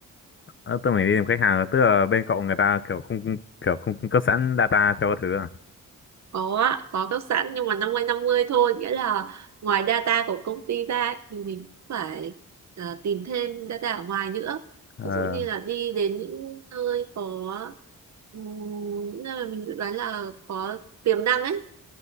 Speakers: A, on the left; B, on the right.
A: Ờ, tôi mới đi tìm khách hàng à? tức là bên cậu người ta kiểu không kiểu không cung cấp sẵn data cho các thứ à
B: có á có cấp sẵn nhưng mà năm mươi năm mươi thôi nghĩa là ngoài data của công ty ra thì mình cũng phải ờ, tìm thêm data ở ngoài nữa
A: ờ
B: ví dụ như là đi đến những nơi có ừm, những nơi mà mình dự đoán là có tiềm năng ấy